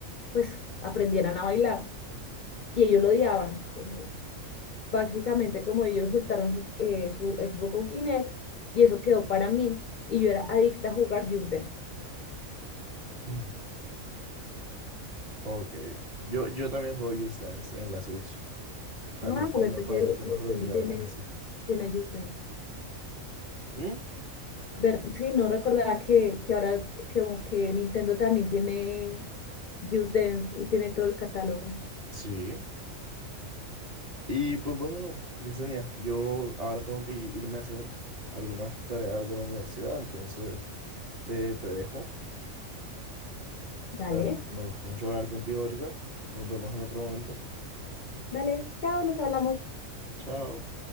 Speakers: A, on the left; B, on the right.
A: pues, aprendieran a bailar. Y ellos lo odiaban. Entonces, básicamente, como ellos soltaron su, eh, su Xbox con Kinect, y eso quedó para mí, y yo era adicta a jugar Just Dance.
B: Ujú. Ok, yo, yo también juego Just Dance en la Switch, también
A: Ah,
B: cuando,
A: verdad
B: cuando
A: que el
B: hacemos
A: Nintendo
B: reuniones
A: tiene,
B: así.
A: tiene Just Dance.
B: ¿Mm?
A: Ver, sí, no recordaba que, que ahora que como que Nintendo también tiene Just Dance y tiene todo el catálogo.
B: Sí. Y pues bueno, Yesenia, yo ahora tengo que irme a hacer algunas tareas de la universidad, entonces... te, te dejo.
A: Dale,
B: La verdad, me gustó mucho hablar contigo ahorita. Nos vemos en otro momento.
A: dale, chao, nos hablamos.
B: Chao.